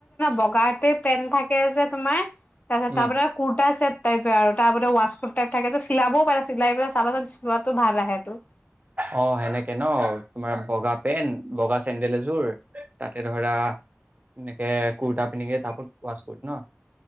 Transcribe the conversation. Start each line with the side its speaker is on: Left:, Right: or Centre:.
Left: বগাতে পেন্ট থাকে যে তোমাৰ তাৰপাছত
Right: উম
Left: তাপ পৰা কুৰা টাইপ আৰু তাৰ ৱাছকোট টাইপ থাকে যে চিলাবও পাৰে চিলাই পেলাই <unintelligible> চিলিৱাতটো ভাল আহেটো।
Right: অ হেনেকে ন? তোমাৰ বগা পেন্ট বগা চেণ্ডেল এযোৰ তাতে ধৰা এনেকে কুুৰ্তা পিন্ধি তাৰ ওপৰত ৱাচ কোট ন?